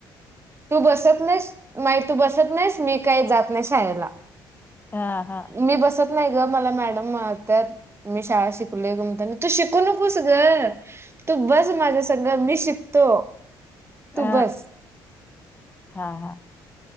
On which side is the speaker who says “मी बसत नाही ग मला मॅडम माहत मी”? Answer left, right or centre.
Right